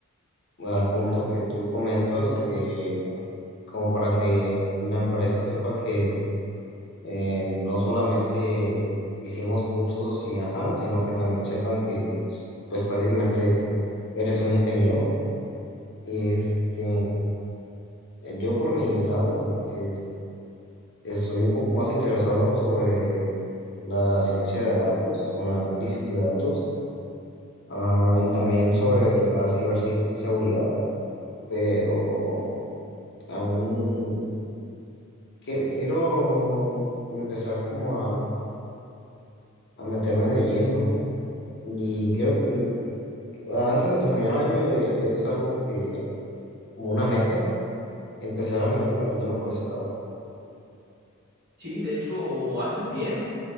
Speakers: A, on the left; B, on the right.
A: al punto que tú comentas, de- como para que la empresa sepa que eh, no solamente hicimos cursos y ajá, sino que también sepan que pues prácticamente eres un ingeniero. Este, yo por mi lado es- estoy un poco más interesado sobre la ciencia de datos o el análisis de datos ah, y también sobre la ciberseguridad, pero aún quie- quiero empezar como a, a meterme de lleno Y creo que mm, antes de terminar el año eh, es algo que, como una meta, empezar a meterme de lleno por ese lado.
B: Sí, de hecho, haces bien.